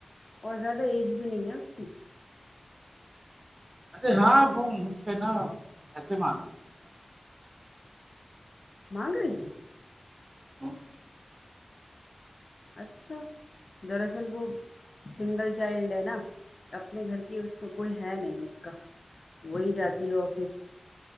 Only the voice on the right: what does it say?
ارے ہاں وہ مجھ سے نا پیسے مانگری
تھی